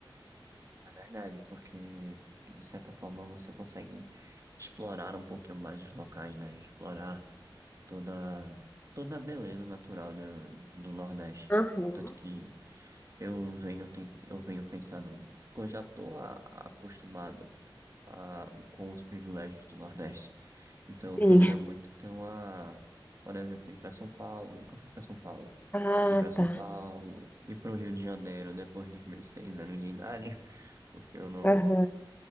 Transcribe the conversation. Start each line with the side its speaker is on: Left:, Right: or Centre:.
Right: É verdade, porque de certa forma você consegue explorar um pouquinho mais os locais, né? Explorar toda, toda a beleza natural do, do Nordeste.
Left: Aham,
Right: Tanto que eu venho, ten- eu venho pensando, porque eu já estou acostumado a, com os privilégios do Nordeste. Então eu
Left: Sim.
Right: queria muito ter uma, por exemplo, ir para São Paulo, nunca fui para São Paulo.
Left: Ah,
Right: Ir para São
Left: tá.
Right: Paulo, ir para o Rio de Janeiro depois dos meus seis anos de idade, <laughs> porque eu não
Left: Aham,